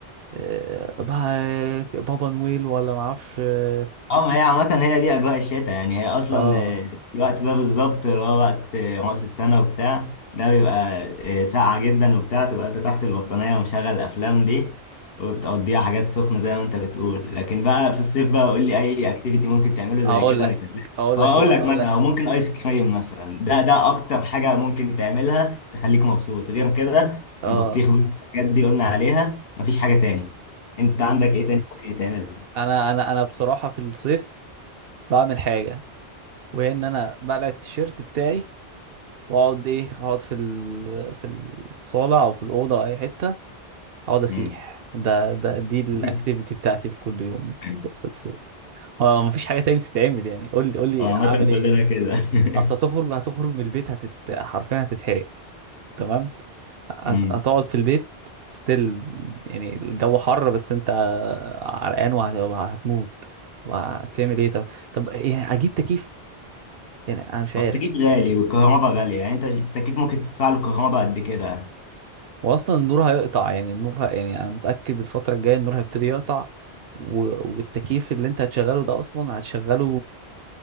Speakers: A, on the right; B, on the left.
A: آه، بقى- بابا نويل ولا معرفش اه
B: اه ما هي عامة هي دي أجواء الشتاء يعني هي أصلا
A: آه.
B: آه، الوقت ده بالظبط اللي هو وقت آه، رأس السنة وبتاع ده بيبقى آه، ساقعة جدا وبتاع تبقى أنت تحت البطانية ومشغل الأفلام دي وبتقضيها حاجات سخنة زي ما أنت بتقول لكن بقى في الصيف بقى قول لي أي أكتيفيتي ممكن تعمله
A: اقول
B: زي كده
A: لك
B: مش هتلاقي
A: اقول
B: هو
A: لك
B: أقول
A: كده
B: لك
A: اقول
B: مثلا
A: لك
B: هو ممكن آيس كريم مثلا ده ده أكتر حاجة ممكن تعملها تخليك مبسوط غير كده
A: اه
B: البطيخ بقى، الحاجات دي قلنا عليها مفيش حاجة تاني أنت عندك إيه تاني ممكن تعمله؟
A: انا انا انا بصراحه في الصيف بعمل حاجه وهي ان انا بقلع التيشيرت بتاعي واقعد ايه اقعد في ال... في الصاله او في الاوضه او اي حته اقعد اسيح
B: مم.
A: ده ده دي الاكتيفيتي
B: <laughs>
A: بتاعتي في كل يوم
B: <laughs>
A: في الصيف اه مفيش حاجه تاني تتعمل يعني قول لي قول لي
B: هو عامة
A: اعمل ايه
B: كلنا كده <laughs>
A: اصل هتخرج هتخرج من البيت هتت... حرفيا هتتحرق تمام هت-
B: مم.
A: هتقعد في البيت ستيل يعني الجو حر بس انت عرقان وه- وهتموت طب هتعمل ايه طب طب يعني اجيب تكييف يعني انا مش عارف
B: التكييف غالي والكهرباء غالية يعني انت التكييف ممكن تدفع له كهرباء قد كده
A: واصلا النور هيقطع يعني النور ه... يعني انا متأكد الفترة الجاية النور هيبتدي يقطع و... والتكييف اللي انت هتشغله ده اصلا هتشغله